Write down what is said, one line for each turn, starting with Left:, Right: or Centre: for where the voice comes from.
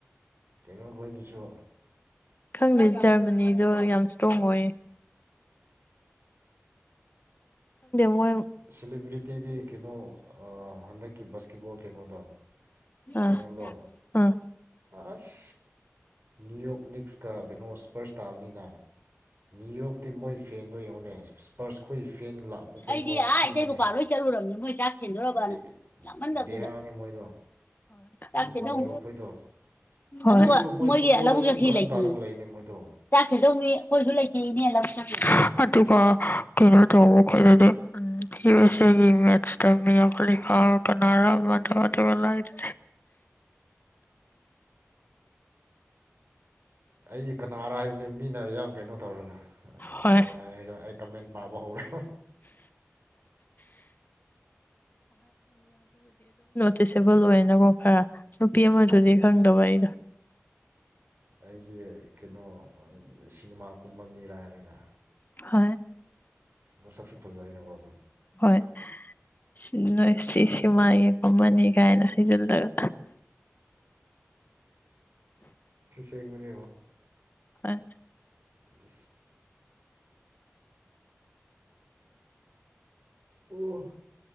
Right: ꯀꯩꯅꯣꯈꯣꯏꯗꯨꯁꯨ
Left: ꯈꯪꯗꯦ ꯖꯔꯃꯅꯤꯗꯣ ꯌꯥꯝ ꯇꯨꯡꯒꯣꯏ ꯃꯣꯏ
Right: ꯁꯦꯂꯤꯦꯕ꯭ꯔꯤꯇꯤꯗꯤ ꯀꯩꯅꯣ ꯍꯟꯗꯛꯀꯤ ꯕꯥꯁꯀꯦꯠꯕꯣꯜ ꯀꯩꯅꯣꯗꯣ
Left: ꯑꯥ
Right: ꯐꯥꯏꯅꯦꯜꯗꯣ
Left: ꯑꯥ
Right: ꯑꯁ ꯅ꯭ꯌꯨ ꯌꯣꯛ ꯄ ꯃꯤꯅꯤꯛꯁꯀ ꯀꯩꯅꯣ ꯁ꯭ꯄꯔꯁ ꯇꯥꯕꯅꯤꯅ ꯅꯅꯤꯌꯨ ꯌꯣꯔꯇꯤ ꯃꯣꯏ ꯐꯦꯟꯕ ꯌꯧꯅꯦ ꯄꯔꯁꯈꯣꯏ ꯐꯦꯟ
Left: ꯑꯩꯗꯤ ꯑꯥ
Right: ꯐꯨꯕꯅꯦ
Left: ꯏꯇꯩꯒꯣꯄꯥ ꯂꯣꯏ ꯆꯠꯂꯨꯔꯕꯅꯤ ꯃꯣꯏ ꯆꯥꯛ ꯊꯦꯟꯗꯣꯔꯔꯕꯅ
Right: ꯕꯦ
Left: ꯌꯥꯝꯥꯃꯟꯗꯕꯗꯨꯗ
Right: ꯕꯦꯔꯥꯅꯦ ꯃꯣꯏꯗꯣ
Left: ꯆꯥꯛ
Right: ꯅꯤ-
Left: ꯊꯗꯧ
Right: ꯅꯤꯌꯣ ꯑꯩꯈꯣꯏꯗꯣ ꯍꯧꯖꯤꯛꯁꯨ
Left: ꯑꯗꯨꯒ
Right: ꯃꯣꯏ
Left: ꯃꯣꯏꯒꯤ
Right: ꯐꯨꯠꯕꯣꯜꯗ
Left: ꯂꯧꯕꯨꯛ
Right: ꯌꯥꯝ
Left: ꯆꯁꯤ
Right: ꯀꯔꯟ
Left: ꯂꯩꯇꯅꯤ
Right: ꯇꯥꯔꯒ ꯂꯩꯅꯦ ꯃꯣꯏꯗꯣ
Left: ꯆꯥꯛ ꯊꯦꯟꯗꯧꯅꯤ ꯑꯩꯈꯣꯏꯁꯨ ꯂꯩꯇ ꯑꯗꯨꯒ ꯀꯩꯅꯩꯅꯣ ꯇ ꯑꯩꯈꯣꯏꯗꯗꯤꯁꯒꯤ ꯃꯦꯠꯁꯇ ꯃꯤ ꯑꯃꯥ ꯀꯅꯥꯔꯝꯕ ꯑꯗꯨꯒ ꯑꯗꯨꯒ ꯂꯥꯛꯦ
Right: ꯑꯩꯗꯤ ꯀꯅꯥꯔ ꯍꯥꯏꯕꯅꯦꯕ ꯃꯤꯅ ꯌꯥꯝ ꯀꯩꯅꯣ ꯇꯧꯔꯒ ꯀꯦꯔ
Left: ꯍꯣꯏ
Right: ꯀꯔ ꯍꯥꯏꯔꯒ ꯑꯩ ꯀꯃꯦꯟ ꯄꯥꯕ ꯍꯧꯔ
Left: ꯗꯤꯁꯑꯦꯕꯜ ꯑꯣꯏꯅꯀꯣ ꯈꯔ ꯅꯨꯄꯤ ꯑꯃꯗꯨꯗꯤ ꯈꯪꯗꯕ ꯑꯩꯗꯣ
Right: ꯑꯩꯒꯤ ꯀꯩꯅꯣ ꯁꯤꯅꯦꯃꯥ ꯀꯨꯝꯕ ꯃꯤꯔ ꯍꯥꯏꯔꯒ
Left: ꯍꯣꯏ
Right: ꯃꯁꯛꯁꯨ ꯐꯖꯩ ꯑꯩꯅ ꯋꯥꯗꯣ
Left: ꯍꯣꯏ ꯁꯤ ꯅꯣꯏ ꯁꯤ ꯁꯤꯃꯒꯤꯡ ꯀꯣꯃꯅꯤ ꯀꯥꯏꯅ ꯍꯩꯖꯤꯜꯂꯒ
Right: ꯇ ꯃꯣ
Left: ꯑ
Right: ꯎ ꯑꯣ